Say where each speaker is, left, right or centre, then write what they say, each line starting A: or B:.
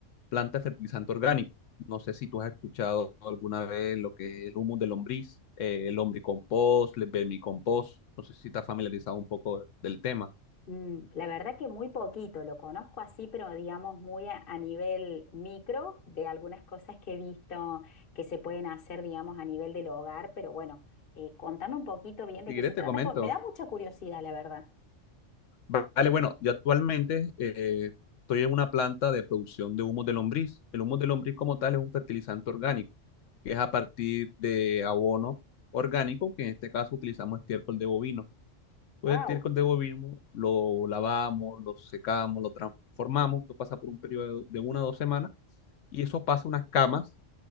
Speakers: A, on the left (about 80°); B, on the left (about 50°).
A: planta de fertilizante orgánico. No sé si tú has escuchado alguna vez lo que es el humus de lombriz, eh, el lombricompost, el vermicompost. No sé si estás familiarizado un poco del tema.
B: Mm, la verdad que muy poquito, lo conozco así, pero digamos muy a, a nivel micro de algunas cosas que he visto que se pueden hacer, digamos, a nivel del hogar, pero bueno, eh, contame un poquito bien de
A: Si
B: qué
A: quieres,
B: se trata,
A: te comento.
B: porque me da mucha curiosidad, la verdad.
A: Vale, bueno, yo actualmente eh, estoy en una planta de producción de humos de lombriz. El humo de lombriz como tal es un fertilizante orgánico, que es a partir de abono orgánico, que en este caso utilizamos estiércol de bovino. Pues
B: Wow.
A: el estiércol de bovino lo lavamos, lo secamos, lo transformamos, esto pasa por un periodo de una o dos semanas y eso pasa a unas camas